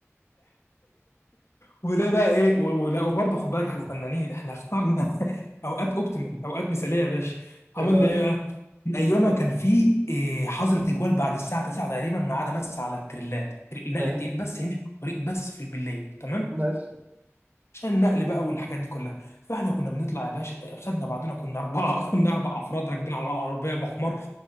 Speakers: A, on the left (about 60°); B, on the right (about 35°).
A: وده بقى ايه و- ولا وبرضه خد بالك احنا فنانين احنا اخترنا <laughs> اوقات اوبتيمال اوقات مثاليه يا باشا عملنا
B: ايه بقى
A: ايه بقى؟ من ايامها كان في إيه حظر تجوال بعد الساعه 9 تقريبا ما عدا بس على التريلات النقل
B: ماشي
A: التقيل بس يمشي في الطريق بس في بالليل تمام
B: ماشي
A: عشان النقل بقى والحاجات دي كلها فاحنا كنا بنطلع يا باشا خدنا بعضنا كنا اربعه <laughs> كنا اربع افراد راكبين على العربيه ابو حمار